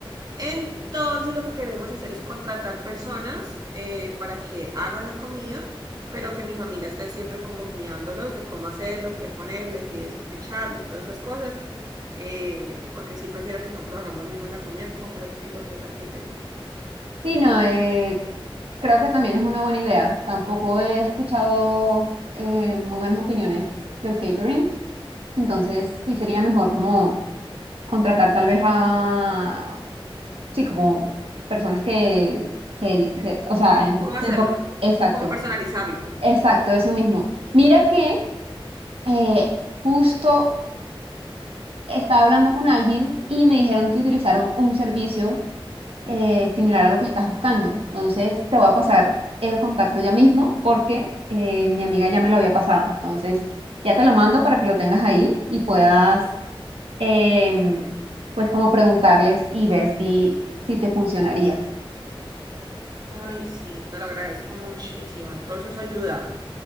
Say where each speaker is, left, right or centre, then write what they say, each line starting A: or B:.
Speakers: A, on the right; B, on the right.
A: Entonces lo que queremos hacer es contratar personas eh, para que hagan la comida, pero que mi familia esté siempre como guiándolos de cómo hacerlo, qué ponerle, qué, qué echarle, todas estas cosas, eh, porque sí prefiero que nosotros hagamos mismo la comida que, compre- que contratar catering.
B: Sí, no, eh, creo que también es una buena idea. Tampoco he escuchado eh, muy buenas opiniones del catering, entonces sí
A: Ujú.
B: sería mejor como contratar tal vez a, sí, como personas que se, dedi- se- o sea, enfo-
A: ¿Cómo
B: se
A: hacerlo?
B: enfo- Exacto,
A: ¿Cómo personalizarlo?
B: exacto, eso mismo. Mira que eh, justo estaba hablando con alguien y me dijeron que utilizaron un servicio. eh, similar a lo que estás buscando. Entonces, te voy a pasar el contacto ya mismo porque eh, mi amiga ya me lo había pasado. Entonces, ya te lo mando para que lo tengas ahí y puedas, em, pues, como preguntarles y ver si, si te funcionaría.
A: Ay, sí, te lo agradezco muchísimo. Todo eso es ayuda.